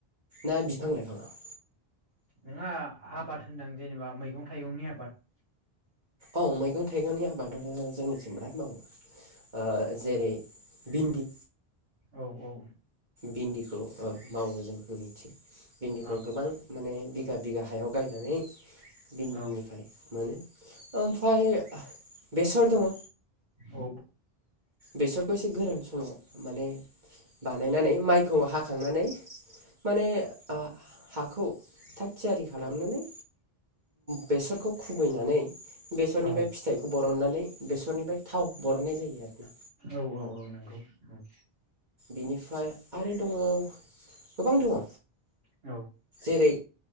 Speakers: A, on the right; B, on the right.
A: ना बिफां लाइफाङाव
B: नङा आबाद होनदों जेनेबा मैगं थाइगंनि आबाद।
A: औ मैगं थाइगंनि आबादा जोंनिथिं बिराद मावो जेरै भिन्दि
B: औ औ
A: भिन्दिखौ मावो जोंनिथिं भिन्दिखौ
B: औ
A: गोबां माने बिगा बिगा हायाव गायनानै बिन्दिनिफ्राय
B: औ
A: मोनो ओमफ्राय बेसर दङ
B: औ
A: बेसरखौ एसे गोरों समाव माने बानायनानै माइखौ हा <inaudible> माने ओ हाखौ थाग थियारि खालामनानै बेसरखौ खुबैनानै बेसरनिफ्राय
B: औ
A: फिथाइखौ ब बरननानै बेसरनिफ्राय थाव बरननाय जायो आरोना
B: औ औ औ नंगौ औ
A: बेनिफ्राय आरो दङ गोबां दङ
B: औ
A: जेरै